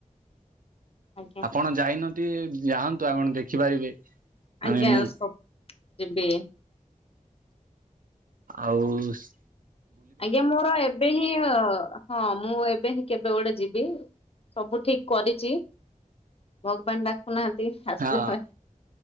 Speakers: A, on the left (about 45°); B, on the right (about 85°).
A: ଆଜ୍ଞା।
B: ଆପଣ ଯାଇନାନ୍ତି ଯାହାନ୍ତୁ ଆପଣ ଦେଖିପାରିବେ। ମାନେ
A: ଆଜ୍ଞା
B: ମୁଁ
A: ସପ୍ ଯିବି।
B: ଆଉ ସ୍
A: ଆଜ୍ଞା ମୋର ଏବେ ହିଁ ହ ହଁ ମୁଁ ଏବେ ହିଁ କେବେ ଗୋଟେ ଯିବି ସବୁ ଠିକ୍ କରିଛି। ଭଗବାନ ଡାକୁନାହାନ୍ତି ଆସିବା
B: ହଁ
A: ପାଇଁ।